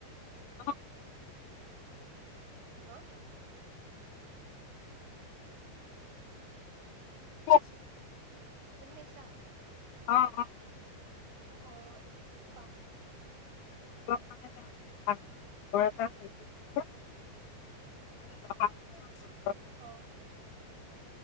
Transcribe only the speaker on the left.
অ
উ
অ অ
ম ডাঙৰ এ